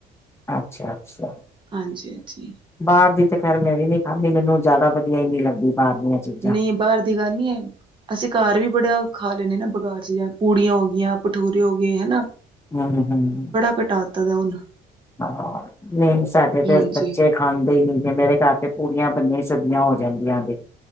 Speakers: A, on the left; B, on the right.
A: ਅੱਛਾ ਅੱਛਾ।
B: ਹਾਂਜੀ ਹਾਂਜੀ।
A: ਬਾਹਰ ਦੀ ਤਾਂ ਖੈਰ ਮੈਂ ਵੀ ਨੀ ਖਾਂਦੀ ਮੈਨੂੰ ਜ਼ਿਆਦਾ ਵਧੀਆ ਹੀ ਨੀ ਲੱਗਦੀ ਬਾਹਰ ਦੀਆਂ। ਚੀਜ਼ਾਂ।
B: ਨੀ ਬਾਹਰ ਦੀ ਗੱਲ ਨੀ ਹੈ ਅਸੀਂ ਘਰ ਵੀ ਬੜਿਆ ਖਾ ਲੈਣੇ ਬਗਾਚ ਚੀ ਪੂੜੀਆਂ ਹੋ ਗਈਆਂ ਭਠੂਰੇ ਹੋ ਗਏ ਹਨਾ
A: ਹਮ ਹੂੰ ਹੂੰ
B: ਘਟਾਤੇ ਦਾ ਹੁਣ
A: ਹਾਂ ਨਹੀਂ ਸਾਡੇ ਤੇ
B: ਹਾਂਜੀ
A: ਬੱਚੇ ਖਾਂਦੇ ਹੀ ਨਹੀਂ ਤੇ ਮੇਰੇ ਖਰ ਤੇ ਪੂੜੀਆਂ ਬੰਨੀਆਂ ਹੀ ਸਦੀਆਂ ਹੋ ਜਾਂਦੀਆਂ ਨੇ